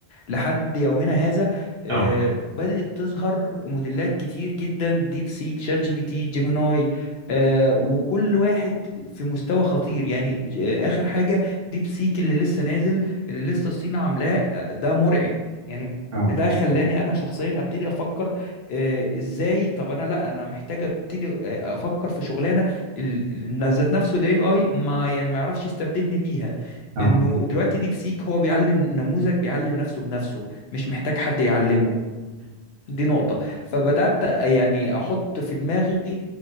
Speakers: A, on the left; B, on the right.
A: لحد يومنا هذا آه،
B: اه
A: بدأت تظهر موديلات كتير جدا ديب سيك شات جي بي تي جيميناي آه، وكل واحد في مستوى خطير يعني ج- آه، آخر حاجة ديب سيك اللي لسه نازل اللي لسه الصين عاملاه آه، ده مرعب يعني
B: اه
A: ده خلاني انا شخصيا ابتدي افكر آه، ازاي طب انا لا انا محتاج ابتدي آه، افكر في شغلانه ال- ال- ذات نفسه الاي اي ما يعني ما يعرفش يستبدلني بيها
B: اه
A: انه دلوقتي ديب سيك هو بيعلم نموذج بيعلم نفسه بنفسه مش محتاج حد يعلمه
B: مم.
A: دي نقطة فبدأت يعني احط في دماغي